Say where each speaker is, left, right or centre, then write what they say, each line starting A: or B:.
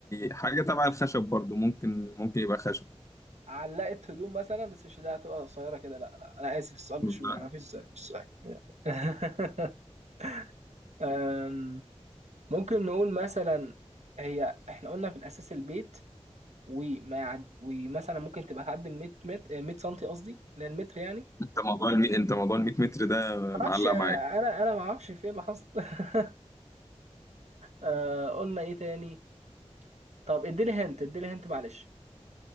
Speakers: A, on the left; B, on the right.
A: حاجة تبع الخشب برضو ممكن ممكن يبقى خشب
B: علقة هدوم مثلا بس مش ده هتبقى قصيرة كده لا لا أنا آسف السؤال
A: لا
B: مش ما فيش سؤال مش سؤال <laughs> آم، ممكن نقول مثلا هي احنا قلنا في الأساس البيت وما يعد... ومثلا ممكن تبقى تعدي ال 100 متر 100 سنتي قصدي للمتر يعني ما
A: انت موضوع المي... انت موضوع ال 100 متر ده معلق
B: اعرفش آه،
A: معاك
B: انا انا ما اعرفش في ايه اللي حصل <laughs> آه، قلنا ايه تاني طب اديلي هنت اديلي هنت معلش